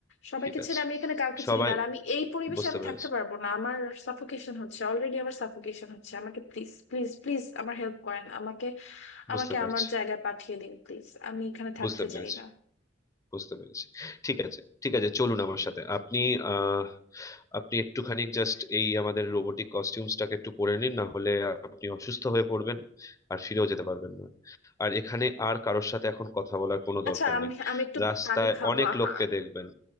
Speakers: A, on the left; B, on the left.
A: সবাইকে
B: ঠিক আছে
A: ছেড়ে আমি এখানে কাউকে
B: সবাই
A: চিনি না আর আমি এই পরিবেশে
B: বুঝতে
A: আমি
B: পেরেছে
A: থাকতে পারবো না আমার সাফোকেশন হচ্ছে অলরেডি আমার সাফোকেশন হচ্ছে আমাকে প্লিজ প্লিজ প্লিজ আমার হেল্প করেন আমাকে
B: বুঝতে
A: আমাকে
B: পারছে
A: আমার জায়গায় পাঠিয়ে দিন প্লিজ আমি এখানে থাকতে
B: বুঝতে পেরেছি
A: চাই না
B: বুঝতে পেরেছি ঠিক আছে ঠিক আছে চলুন আমার সাথে আপনি আহ আপনি একটুখানি জাস্ট এই আমাদের রোবোটিক কস্টিউমসটাকে একটু পরে নিন না হলে আপনি অসুস্থ হয়ে পড়বেন আর ফিরেও যেতে পারবেন না আর এখানে আর কারোর সাথে এখন কথা বলার কোনো
A: আচ্ছা
B: দরকার
A: আমি
B: নেই
A: আমি একটু
B: রাস্তায়
A: পানি খাবো
B: অনেক
A: আহা,
B: লোককে দেখবেন